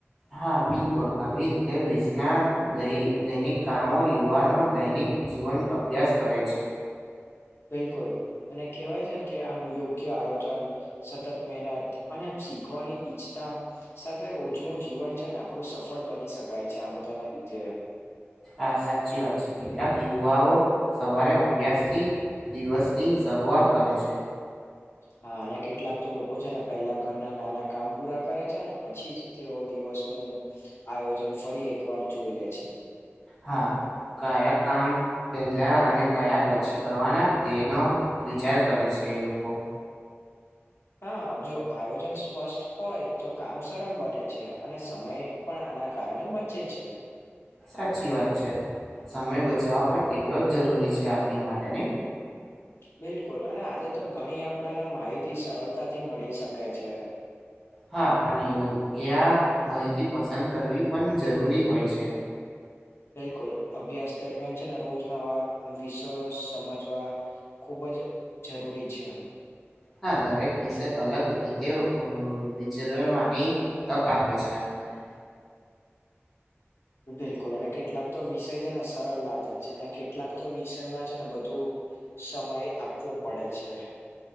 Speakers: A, in the centre; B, on the left (about 65°).
A: હા બિલકુલ આવી રીતે વિસના દૈનિક કામો યુવાનો દૈનિક જીવન અભ્યાસ કરે છે.
B: બિલકુલ અને કેહેવાય છે ને કે આમ યોગ્ય આયોજન સતત મહેનત અને એમ શીખવાની ઈચ્છતા સાથે રોજનું જીવન છે ને આપણું સફળ બની શકાય છે આ બધા ના રીધે
A: હા સાચી વાત છે કેટલાક યુવાઓ સવારે અભ્યાસ થી દિવસની શરૂઆત કરે છે.
B: હા અને કેટલાક તો લોકો છે ને પેલા ઘરના નાના કામ પૂરા કરે છે ને', પછી જ તેઓ દિવસ નું આયોજન ફરી એકવાર જોઈ લે છે
A: હા કયા કામ-' પેલા અને કયા પછી કરવાના તેનો વિચાર કરે છે એ લોકો
B: હા જો આયોજન સ્પષ્ટ હોય તો કામ સરળ બને છે અને સમય પણ આના કારણે બચે છે.
A: સાચી વાત છે સમય બચાવવા પણ એટલો જ જરૂરી છે આપણી માટેની
B: બિલકુલ અને આજે તો ઘણી આપડને માહિતી સરળતાથી મળી શકે છે.
A: હા પણ યોગ્ય માહિતી પસંદ કરવી પણ જરૂરી હોય છે.
B: બિલકુલ અભ્યાસ દરમિયાન છે ને રોજ નવા વિષયો સમજવા ખૂબ જ જરૂરી છે આ.
A: હા દરેક વિષય અલગ રીતે વિચરવાની તક આપે છે આપણાને.
B: બિલકુલ અને કેટલાક તો વિષય છે ને સરળ લાગે છે અને કેટલાક તો વિષયમાં છે ને બધું સમય આપવો પડે છે.